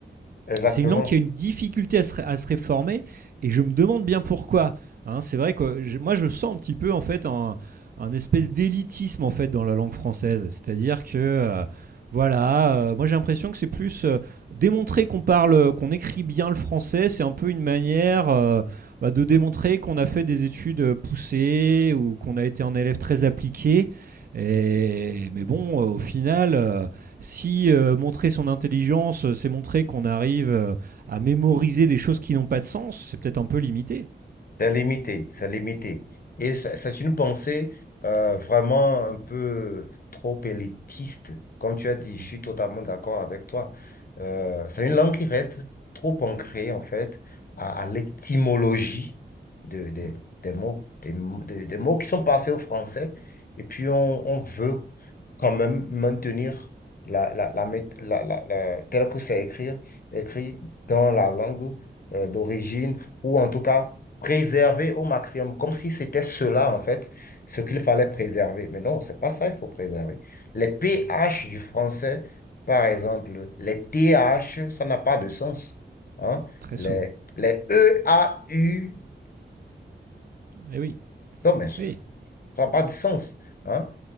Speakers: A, on the left; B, on the right.
A: exactement.
B: c'est une langue qui a une difficulté à se, à se réformer et je me demande bien pourquoi. hein. c'est vrai que je- moi je sens un petit peu en fait un, un espèce d'élitisme en fait dans la langue française, c'est-à-dire que euh, voilà, euh, moi j'ai l'impression que c'est plus euh, démontrer qu'on parle, qu'on écrit bien le français, c'est un peu une manière euh, bah, de démontrer qu'on a fait des études euh, poussées ou qu'on a été un élève très appliqué. Et, mais bon, euh, au final. euh, si euh, montrer son intelligence, euh, c'est montrer qu'on arrive euh, à mémoriser des choses qui n'ont pas de sens, c'est peut-être un peu limité.
A: C'est limité, c'est limité. Et c'est c'est une pensée euh, vraiment un peu trop élitiste. Comme tu as dit, je
B: Mm,
A: suis totalement d'accord avec toi. Euh, c'est une langue qui reste trop ancrée, en fait, à, à l'étymologie de, de-
B: mm,
A: des mots, des, mo- des- des mots qui sont passés au français. Et puis, on, on veut quand même maintenir la, la, la, mét- la, la- la- tel que c'est écrit, écrit dans la langue euh, d'origine, ou en tout cas Ok. préserver au maximum, comme si c'était cela, en fait, ce qu'il fallait préserver. Mais non, c'est pas ça, il faut préserver. Les pH
B: mm.
A: du français, par exemple, les TH, ça n'a pas de sens. hein.
B: Très
A: Les,
B: souvent.
A: les E A u
B: Et oui,
A: non, mais ça-
B: oui.
A: ça n'a pas de sens. Hein?